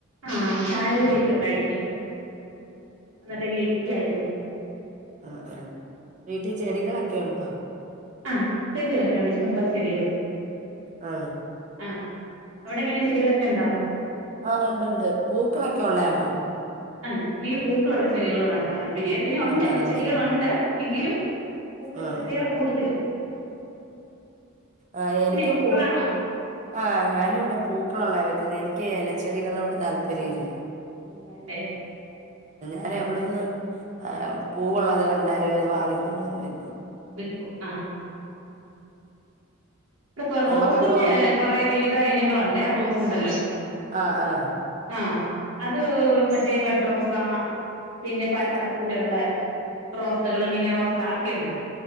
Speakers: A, on the right; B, on the right.
A: ആ ചായുടിയൊക്കെ കഴിഞ്ഞു എന്നട്ടിങ്ങനെ ഇരിക്ക്യായിരുന്നു
B: അ ആ വീട്ടി ചെടികളൊക്കെ ഉണ്ടോ
A: ആ ചെടികളൊക്കെണ്ട് ഇഷ്ടം പോലെ ചെടികളുണ്ട്
B: ആ
A: ആഹ് അവിടെ എങ്ങനെ ചെടികളൊക്കെ ഉണ്ടോ
B: ആ ഉണ്ട്ണ്ട് പൂക്കൊളൊക്കെ ഉള്ളേ ആണ്
A: അ നീ പൂക്കളുള്ള ചെടികളോടാണോ താൽപ പിരിയ പിന്നെ ഉണ്ടലോ
B: ആഹ്
A: ചെടികളുണ്ട് എങ്കിലും പൂക്കളുള്ള
B: ആഹ്
A: ചെടികളാ കൂട്തലും
B: ആ എനിക്കും
A: പൂക്കളാണോ
B: പൂ ആ ഞാനിവിടെ പൂക്കളുള്ളാ വെക്കുനേ എനിക്ക് എല ചെടികളോട് താൽപര്യല്ല
A: ഇല്ലാലേ
B: അല്ല അവിടുന്ന് ഏ പൂവുള്ളത് കാ ന്തായാലും അത് വാങ്ങിക്കുമ്പോ ന്ന് വെ
A: പിക്കും അ കക്ക
B: നമ്മക്കങ്ങ്
A: റോസ്റ്റിന്റെ കുറേ വരു എത്ര ഇനങ്ങൾ ഉണ്ട് റോസ് ഉണ്ടല്ലോ
B: അ ആ
A: ആഹ് അത് മറ്റേ വട് റോസ് പിന്നെ പല
B: ആഹ്
A: നിറത്തിലുള്ള റോസകളും മിനി റോസ ഒക്കെയുണ്ട്